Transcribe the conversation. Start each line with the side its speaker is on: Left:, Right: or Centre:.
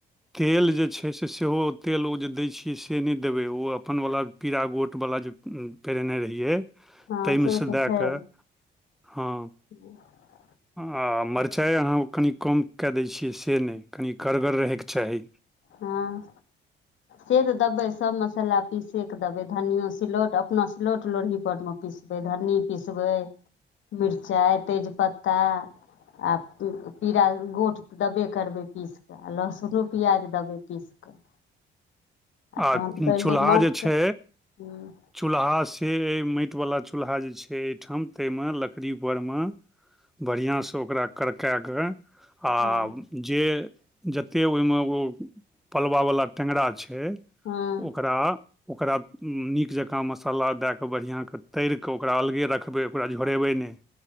Centre: तेल जे छै से सेहो, तेल ओ जे दै छियै से नहि देबै ओ। अपनवला पीरा, गोटवला जे पहिरने रहियै।
Left: हँ
Centre: ताहिमेसँ
Left: से तऽ
Centre: दऽ
Left: छै
Centre: कऽ हँ।
Left: <unintelligible>
Centre: आ मरचाइ अहाँ कनि कम कऽ दै छियै, से नहि, कनि कड़गर रहऽके चाही।
Left: हँ। से तऽ देबै, सभ मसाला पीसि कऽ देबै, धनियो सिलौट अपन सिलौट-लोढ़ही परमे। पिसबै धन्नी, पिसबै मिरचाइ, तेजपत्ता। आ पीरा-गोट तऽ देबे करबै, पीसि कऽ। लहसुनो प्याज देबै पीस कऽ।
Centre: आ
Left: तहन तऽ पहिले
Centre: चूल्हा
Left: माछके
Centre: जे छै?
Left: हँ
Centre: चूल्हा से माटिवला चूल्हा जे छै एहिठाम। ताहिमे लकड़ीपरमे बढ़िआँसँ ओकरा करक कऽ आओ।
Left: हँ
Centre: जे जतेक ओहिमे ओ पलवा-वला टेंगरा छै।
Left: हँ
Centre: ओकरा-ओकरा नीक जकाँ मसाला दऽ कऽ। बढ़िआँ तरीका ओकरा अलगहि रखबै, ओकरा झोरेबै नहि।